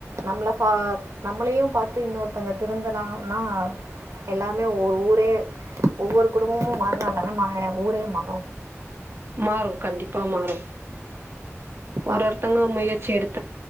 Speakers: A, on the right; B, on the right.
A: நம்மள பா நம்மளையு பார்த்து இன்னொருத்தங்க திருந்தலாம்னா எல்லாருமே ஒரு ஊரே ஒவ்வொரு குடும்பமும் மாற்னாங்கனா ஊரே மாறு
B: மாறும் கண்டிப்பா மாறும்
A: பாப்போம்.
B: ஒருஒத்தவங்க முயற்சி எடுத்